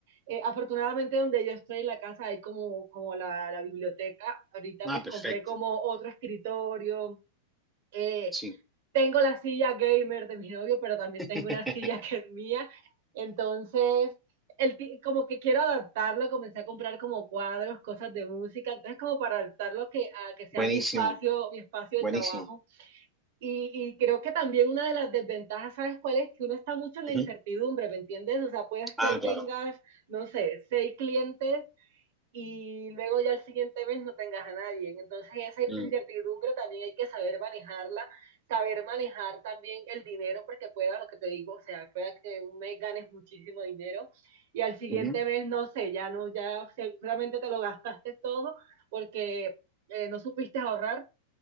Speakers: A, on the right; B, in the centre.
A: Eh, afortunadamente donde yo estoy en la casa hay como, como la, la biblioteca. Ahorita
B: Ah,
A: pues
B: perfecto.
A: compré como otro escritorio. eh,
B: Sí.
A: tengo la silla gamer de mi novio, pero también
B: <laughs>
A: tengo una silla que es mía. Entonces, el, ti- como que quiero adaptarlo, comencé a comprar como cuadros, cosas de música, entonces como para adaptarlo a que, a que sea
B: Buenísimo,
A: mi espacio, mi espacio
B: buenísimo.
A: de trabajo. Y, y creo que también una de las desventajas, ¿sabes cuál es? Que uno está mucho en la
B: Ujú.
A: incertidumbre, ¿me entiendes? O sea, puedes que
B: Ah,
A: hoy
B: claro.
A: tengas, no sé, seis clientes y luego ya el siguiente mes no tengas a nadie. Entonces esa incertidumbre
B: Mm,
A: también hay que saber manejarla, saber manejar también el dinero, porque pueda lo que te digo, o sea, pueda que un mes ganes muchísimo dinero y al siguiente
B: ujú.
A: mes, no sé, ya no, ya seguramente te lo gastaste todo porque eh, no supiste ahorrar